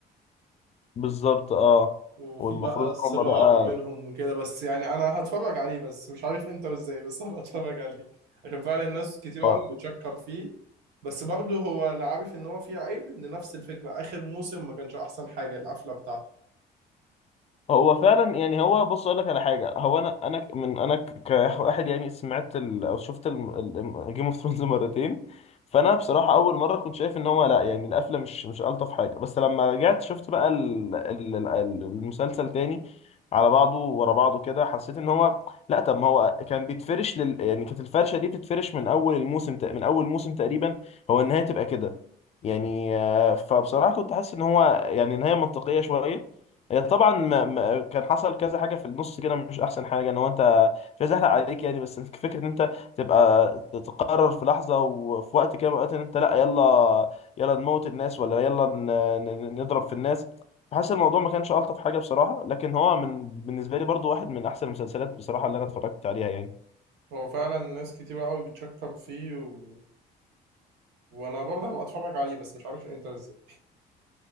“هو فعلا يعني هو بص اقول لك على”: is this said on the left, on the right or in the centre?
Left